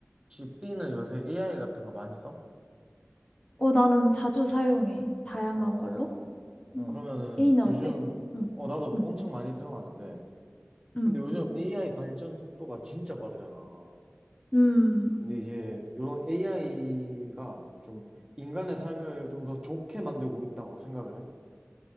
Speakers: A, on the right; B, on the left.
A: 혹시 B는 요새 AI 같은 거 많이 써?
B: 어, 나는 자주 사용해. 다양한
A: 어,
B: 걸로. 어,
A: 그러면은
B: A는 어때?
A: 요즘,
B: 응,
A: 어, 나도
B: 응,
A: 엄청 많이 사용하는데,
B: 응,
A: 근데 요즘 AI 발전 속도가 진짜 빠르잖아.
B: 음.
A: 근데 이제 이런 AI가 좀 인간의 삶을 좀 더 좋게 만들고 있다고 생각을 해?